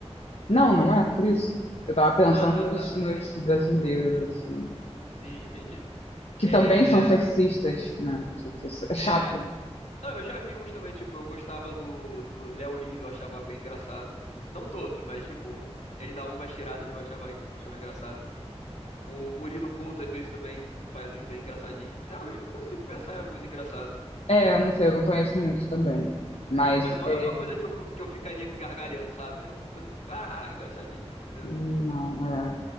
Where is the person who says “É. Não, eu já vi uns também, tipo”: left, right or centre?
Left